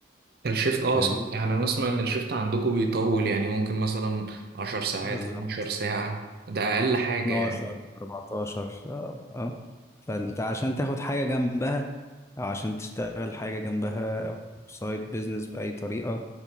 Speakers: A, on the right; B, on the left.
A: الشيفت اه
B: فاهمني
A: صح يعني انا اسمع ان الشيفت عندكم بيطول يعني ممكن مثلا 10 ساعات
B: بالظبط
A: 12 ساعة ده اقل حاجة
B: 12
A: يعني.
B: 14 اه اه فانت عشان تاخد حاجة جنبها او عشان تشتغل حاجة جنبها او سايد بيزنس بأي طريقة